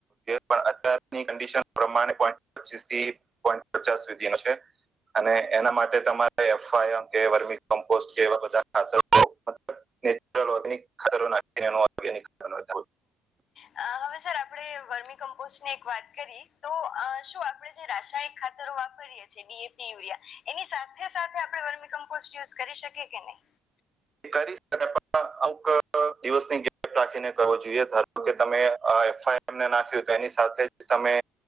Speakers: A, on the right; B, on the left.
A: પણ અત્યારની કન્ડિશ <unintelligible> પ્રમાણે પોઇન્ટ પચીસ થી પોઈન્ટ પચાસ સુધી નો છે. અને એના માટે તમારે એફઆમ કે વર્મી કમ્પોસ્ટ કે એવા બધા ખાતર <unintelligible> નેચરગિક ખતરો <unintelligible>
B: હવે સર આપણે વર્મી કમ્પોસ્ટ ની એક વાત કરી તો શું આપણે જે રાસાયણ ખાતરો વાપરીએ છીએ ડી. એ. પી યુરિયા એની સાથે સાથે આપણે વર્મી કમ્પોસ્ટ યુઝ કરી શકે કેનઈ?
A: કારી શકાયઃ પણ એવુંક દિવસની ગિફ્ટ રાખીને કરવો જોઈએ, <unintelligible> ધારો કે તમે આ એમને નાખ્યું તો એની સાથેજ તમે